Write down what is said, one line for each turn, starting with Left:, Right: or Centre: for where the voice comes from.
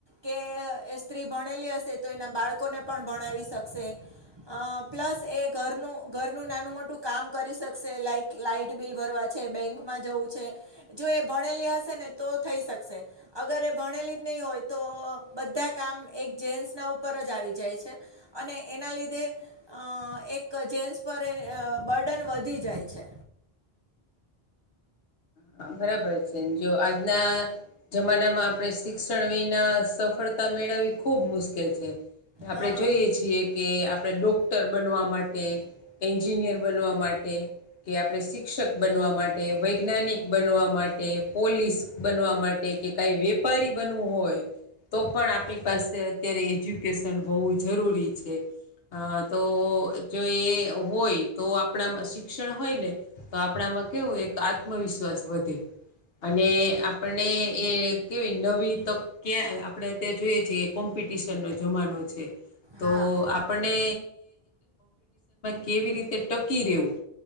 Right: કે એ સ્ત્રી ભણેલી હશે તો એના બાળકોને પણ ભણાવી શકશે. અહ પ્લસ એ ઘરનું ઘરનું નાનું મોટું કામ કરી શકશે લાઈક લાઈટ બિલ ભરવા છે બેંકમાં જવું છે જો એ ભણેલી હશે ને તો થઈ શકશે. અગર એ ભણેલી જ નહી હોય તો બધા કામ એક જેન્સ ના ઉપર જ આવી જાય છે. અને એના લીધે અ એક જેન્સ પર એ બર્ડન વધી જાય છે.
Left: હા બરાબર છે જો આજના જમાના માં આપણેે શી ક્ષણ વિના સફળતા મેળવવી ખૂબ મુશ્કેલ છે, આપડે
Right: હા
Left: જોઈએ છીએ કે આપણે ડોક્ટર બનવા માટે, એન્જિનિયર બનવા માટે કે આપણે શિક્ષક બનવા માટે, વૈજ્ઞાનિક બનવા માટે, પોલીસ બનવા ટે કે કઈ વેપારી બનવું હોય તો પણ આપણી પાસે અત્યારે એજ્યુકેશન હોવું જરૂરી છે. અ તો જો એ હોય તો આપણા શિક્ષણ હોય ને તો આપણામાં કેવું એક આત્મવિશ્વાસ વધે. અને આપણને એ કેવીય નવી તક કે આપડે અત્યારે જોઈએ છીએ કે કોમ્પિટિશન નો જમાનો છે તો
Right: હા
Left: આ આપણને કેવી રીતે ટકી રહેવું